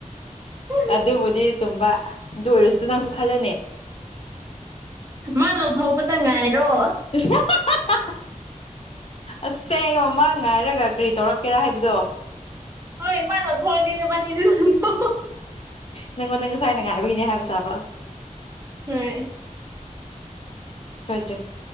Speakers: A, on the right; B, on the left.
A: <unintelligible>
B: ꯑꯗꯨꯕꯨꯗꯤ ꯆꯨꯝꯕ ꯑꯗꯨ ꯑꯣꯏꯔꯁꯨ ꯅꯪꯁꯨ ꯈꯜꯂꯣꯅꯦ
A: ꯃꯥꯅ ꯂꯧꯊꯣꯛꯄꯗ ꯉꯥꯏꯔꯣ
B: <unintelligible> ꯑꯁꯦꯡꯕ ꯃꯥ ꯉꯥꯏꯔꯒ ꯀꯔꯤ ꯇꯧꯔꯛꯀꯦꯔꯥ ꯍꯥꯏꯕꯗꯣ
A: ꯍꯣꯏ ꯃꯥꯅ ꯂꯧꯊꯣꯛꯑꯗꯤ ꯅꯕꯥꯅꯤꯗꯣ <unintelligible>
B: ꯅꯪꯉꯣꯟꯗ ꯉꯁꯥꯏꯅ ꯉꯥꯏꯕꯒꯤꯅꯦ ꯍꯥꯏꯕꯁꯥꯕ
A: ꯍꯣꯏ
B: ꯁꯣꯏꯗ꯭ꯔꯦ